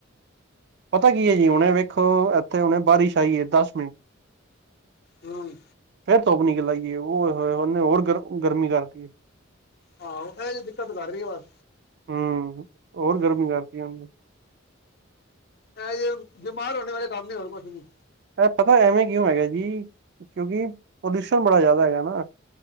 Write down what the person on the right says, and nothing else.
ਪਤਾ ਕੀ ਐ ਜੀ ਹੁਨੇ ਵੇਖੋ ਐਥੇ ਹੁਨੇ ਬਾਰਿਸ਼ ਆਈ ਐ ਦਸ ਮਿੰਟ <inaudible>
ਫੇਰ ਧੁਪ ਨਿਕਲ ਆਈ ਏ ਓਏ ਹੋਏ ਓਨੇ ਹੋਰ ਗਰ ਗਰਮੀ ਕਰਤੀ।
ਹੂੰ, ਹੋਰ
ਗਰਮੀ ਕਰਤੀ ਹੁਨ ਤੇ।
ਏਹ ਪਤਾ ਐਵੇਂ ਕਿਉਂ ਹੈਗਾ ਜੀ ਕਿਉਂਕਿ ਪੋਲਿਊਸ਼ਨ ਬੜਾ ਜ਼ਾਦਾ ਹੈਗਾ ਨਾ।